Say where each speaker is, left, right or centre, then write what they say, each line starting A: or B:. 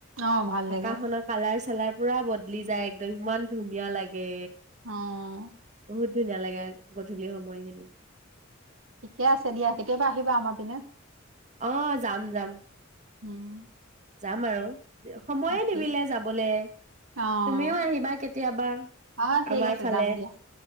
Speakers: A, on the right; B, on the right.
A: অ ভাল লাগে
B: আকাশখনত- কালাৰ চালাৰ পুৰা বদলি যায় একদম ইমান ধুনীয়া লাগে।
A: অঁ'।
B: বহুত ধুনীয়া লাগে গধূলি সময়খিনি।
A: ঠিকে আছে দিয়া। কেতিয়াবা আহিবা আমাৰ পিনে।
B: অ' যাম যাম।
A: উমঁ'।
B: যাম আৰু সময়ে
A: ঠিক
B: নিমিলে যাবলৈ।
A: অ
B: তুমিও আহিবা কেতিয়াবা
A: অ ঠিক
B: আমাৰ
A: আছে
B: ফালে।
A: যাম দিয়া